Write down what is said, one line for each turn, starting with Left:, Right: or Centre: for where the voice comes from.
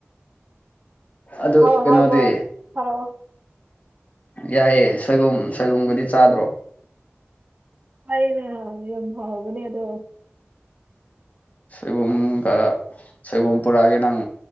Left: ꯑꯗꯨ
Right: ꯍ
Left: ꯀꯩꯅꯣꯗꯤ
Right: ꯍꯧ ꯒꯣꯠ ꯐꯔꯛꯑꯣ
Left: ꯌꯥꯏꯌꯦ ꯁꯣꯏꯕꯨꯝ ꯁꯣꯏꯕꯨꯝꯒꯗꯤ ꯆꯥꯗ꯭ꯔꯣ
Right: ꯆꯌꯦꯅ ꯌꯝ ꯍꯥꯎꯕꯅꯦ ꯑꯗꯣ
Left: ꯁꯣꯏꯕꯨꯝꯒ ꯁꯣꯏꯕꯨꯝ ꯄꯨꯔꯛꯑꯒꯦ ꯅꯪ